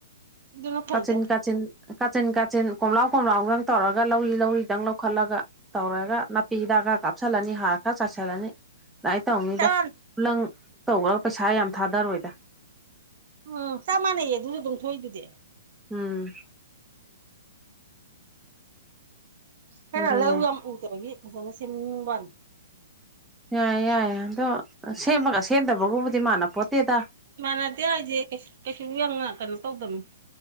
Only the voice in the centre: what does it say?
ꯀꯥꯆꯤꯟ ꯀꯥꯆꯤꯟ ꯀꯥꯆꯤꯟ ꯀꯥꯆꯤꯟ ꯀꯣꯝꯂꯥꯎ ꯀꯣꯝꯂꯥꯎꯗꯪ ꯇꯧꯔꯒ ꯂꯧꯔꯤ ꯂꯧꯔꯤꯗꯪ ꯂꯧꯈꯠꯂꯒ ꯇꯧꯔꯒ ꯅꯥꯄꯤ ꯍꯤꯗꯥꯛꯒ ꯀꯥꯞꯁꯤꯜꯂꯅꯤ ꯍꯥꯒ ꯆꯥꯏꯁꯤꯜꯂꯅꯤ ꯑꯗꯨꯗꯥꯃꯥꯏꯅ ꯇꯧꯅꯤꯗ
ꯈꯨꯂꯪ ꯇꯧꯈ꯭ꯔꯒ ꯄꯩꯁꯥ ꯌꯥꯝ ꯊꯥꯗꯔꯣꯏꯗ
ꯎꯝ
ꯑꯗꯨꯅꯦ
ꯌꯥꯏꯌꯦ ꯌꯥꯏ ꯑꯗꯣ ꯁꯦꯝꯃꯒ ꯁꯦꯝꯗꯕꯒꯕꯨꯗꯤ ꯃꯥꯅ ꯄꯣꯠꯇꯦꯗ